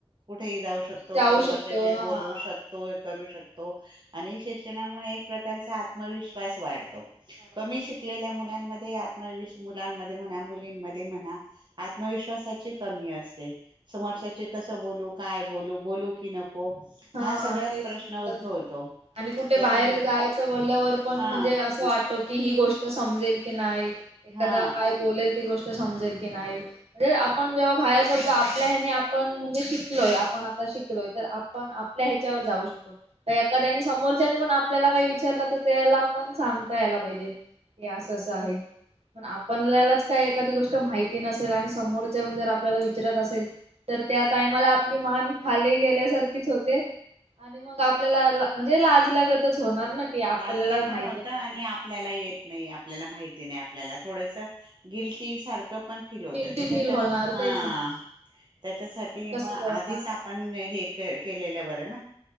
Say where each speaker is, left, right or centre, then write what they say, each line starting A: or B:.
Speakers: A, on the right; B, on the right.
A: कुठेही जाऊ
B: कुठे
A: शकतो
B: जाऊ
A: समोरच्याशी
B: शकतो हा
A: बोलवू शकतो करू शकतो आणि शिक्षणामुळे एक प्रकारचा आत्मविश्वास वाढतो
B: काढतो
A: कमी शिकलेल्या मु मुलांमध्ये आत्मविश मुलांमध्ये म्हणा मुलींमध्ये म्हणा आत्मविश्वासाची कमी असते समोरश्याशी
B: ते
A: कसं बोलू काय बोलू बोलू कि नको
B: हा
A: हाच हाच
B: तेच
A: प्रश्न
B: समजत
A: उद्भवतो
B: नाही. आणि कुठे
A: त्याच्या
B: बाहेर जायचं बोलल्यावर पण
A: हा
B: म्हणजे असं वाटत कि ही समजेल की नाय एखादा
A: हा
B: काय बोलेल ती गोष्ट समजेल म्हणजे आपण जेव्हा बाहेर पडतो आपल्या ह्यांनी आपण म्हणजे शिकलो आपण आता शिकलोय तर आपण आपल्या ह्याच्यावर जाऊ शकतो तर एखाद्यानी समोरच्याने पण आपल्याला काही विचारला तर त्याला पण सांगता यायला पाहिजे कि असं असं आहे पण आपणल्यालाच एखादी गोष्ट माहिती नसेल आणि समोरचे येऊन जर आपल्याला विचारत असेल तर त्या टायमाला आपली मान खाली गेल्यासारखीच होते आणि मग आपल्याला म्हणजे लाजल्यागतच होणार ना की आपल्याला
A: लाजल्या
B: माहिती
A: पण होत
B: नाही
A: आणि
B: काय.
A: आपल्याला पण येत नाही आपल्याला माहित नाही आपल्याला थोडस गिल्टी सारखं पण फील होतं
B: गिल्टी
A: त्याच्याकरता
B: फील होणार
A: हा
B: तेच ना
A: त्याच्यासाठी
B: आपण कसं
A: मग
B: बोलणार
A: आधीच आपण हे केल केलेलं बरं ना